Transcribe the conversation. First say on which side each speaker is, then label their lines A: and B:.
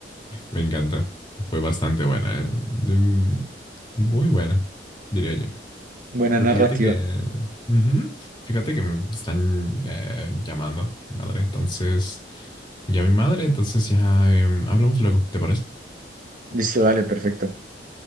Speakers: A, on the left; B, on the right.
A: Me encanta. Fue bastante buena. ¿eh? Mm, Muy buena, diría yo.
B: Buena
A: Pero
B: narrativa.
A: fíjate que... ujú, Fíjate que me están eh, llamando, mi madre. Entonces, ya mi madre, entonces ya em, hablamos luego, ¿te parece?
B: Listo, dale, perfecto.